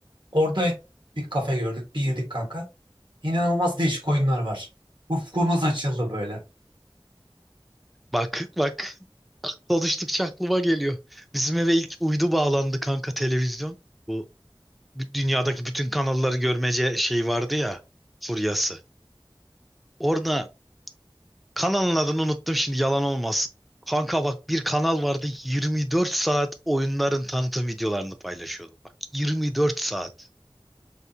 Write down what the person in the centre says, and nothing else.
Bak bak konuştukça aklıma geliyor. Bizim eve ilk uydu bağlandı kanka televizyon. Bu dünyadaki bütün kanalları görmece şey vardı ya furyası. Orada kanalın adını unuttum şimdi yalan olmasın. Kanka bak bir kanal vardı 24 saat oyunların tanıtım videolarını paylaşıyordu. Bak 24 saat.